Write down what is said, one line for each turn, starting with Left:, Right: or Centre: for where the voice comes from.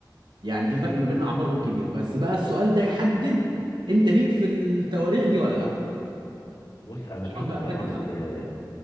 Right: يعني في فرق ما بين اعمارهم كبير بس بقى السؤال ده يحدد انت ليك في التواريخ دي ولا لا
Left: بص انا
Right: شوفك
Left: فاكر
Right: بقى
Left: طبعا
Right: مركز ولا لا
Left: آه،